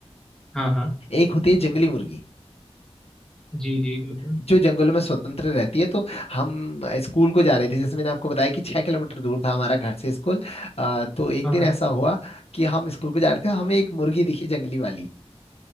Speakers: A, in the centre; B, on the left.
A: हाँ हाँ
B: एक होती है जंगली मुर्गी
A: जी जी बिल्कुल
B: जो जंगलों में स्वतंत्र रहती है तो हम स्कूल को जा रहे थे जैसे मैंने आपको बताया कि छह किलोमीटर दूर था हमारा घर से स्कूल अ, तो एक
A: हाँ
B: दिन
A: हाँ
B: ऐसा हुआ कि हम स्कूल को जा रहे थे हमें एक मुर्गी दिखी जंगली वाली